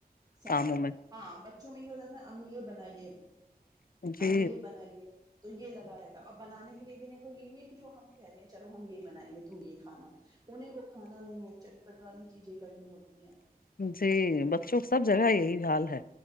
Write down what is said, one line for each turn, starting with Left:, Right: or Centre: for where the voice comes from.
Right: سارا
Left: کاموں میں
Right: ہاں بچوں میں یہ ہو نہ امی یہ بنائیے
Left: جی
Right: امی یہ بنائیے تو یہ لگا رہتا اب بنانے کے لیے بھی میکو یہ نہیں ہے کہ جو ہم کہہ رہے ہیں چلو ہم یہ بنائیں گے تم یہ کھانا انہیں وہ کھانا نہیں ہے چٹپٹ والی چیزیں کرنی ہوتی ہے
Left: جی بچوں سب جگہ یہی حال ہے